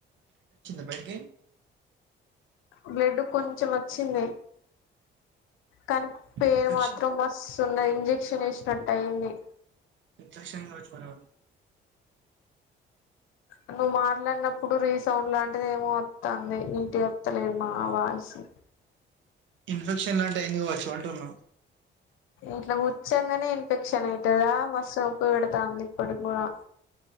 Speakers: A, on the right; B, on the left.
A: ఇప్పట్కి
B: బ్లెడ్ కొంచం వచ్చింది కానీ పేయిన్
A: ఇన్ఫెక్షన్
B: మాత్రం మస్ ఉన్నాయి ఇంజెక్షన్ ఎసినట్టు అయింది.
A: ఇంజక్షన్ వేపిచ్చుకోని
B: నువ్వు మాట్లానప్పుడు రీసౌండ్ లాంటిది ఏమో వత్తాంది నీటిగా వత్తాలేదు మా వాయిసు.
A: ఇన్ఫెక్షన్ లాంటి ఎందువచ్చు అంటున్నా
B: ఇట్లా‌ కూర్చోగానే ఇన్ఫెక్షన్యితేదా మస్త్ నోప్పు పెడుతాంది ఇప్పుడి కూడా